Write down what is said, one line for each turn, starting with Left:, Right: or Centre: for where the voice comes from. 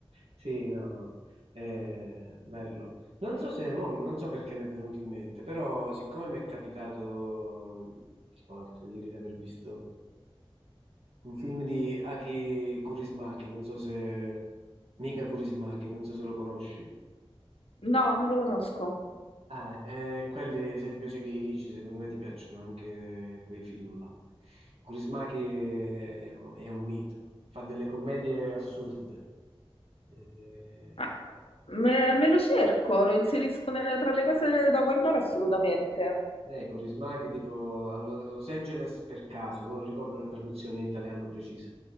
Right: Sì, no, no, Eh, bello. Non so se, mo, non so perché mi è venuto in mente, però siccome mi è capitato, tipo l'altro ieri, di aver visto un film di Aki Kaurismäki, non so se... Mika Kaurismäki, non so se lo conosci.
Left: No, non lo conosco.
Right: Ah, eh, quelli, se ti piace Guy Ritchie, secondo me ti piacciono anche quei film là. Kurismaki è, è un mito, fa delle commedie assurde. Eh,
Left: Ah, me, me lo cerco, lo inserisco nelle- tra le cose da guardare assolutamente.
Right: Eh, Corisma che tipo a Lo- Los Angeles per caso, ma non ricordo la traduzione in italiano precisa.